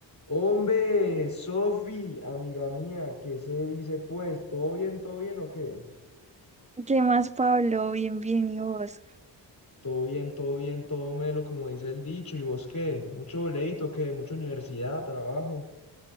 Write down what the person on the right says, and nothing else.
¿Qué más, Pablo? Bien, bien, ¿y vos?